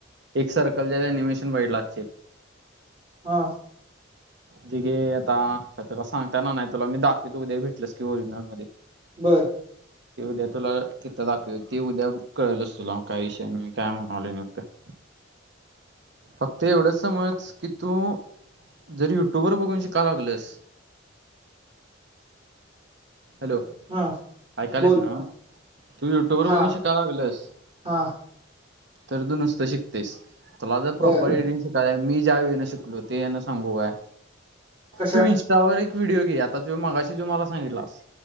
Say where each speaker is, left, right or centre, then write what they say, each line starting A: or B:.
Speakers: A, on the right; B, on the right.
A: एक सर्कल ज एनिमेशन वईट लागे.
B: हा.
A: जे गे आता तुला सांगताना नाही तुला मी दाखवं तो उद्या भेटलस की ओरिजिनल मध्ये.
B: बरं.
A: ते उद्या तुला तिथं दाखव ते उद्या कळेलच तुला काय विषय मी काय म्हणावले नेमकं.
B: <inaudible>
A: फक्त एवढंच समज, की तू जरी युट्यूब वर बघून, शिका लागलस हॅलो?
B: हा
A: ऐकालेस
B: बोल
A: ना, तू युट्यूब वर
B: हा
A: बघून शिकाय लागेलस
B: हा
A: तर तु नुसतं शिकतेस, तुला जर
B: बर
A: प्रॉपर रिडिंग शिकायला, मी ज्या वे न शिकलो ते यांना सांगू का,
B: कशा
A: तुम्ही त्यावर एक व्हिडिओ घे, आता तु मगाशी जो माला सांगितलास.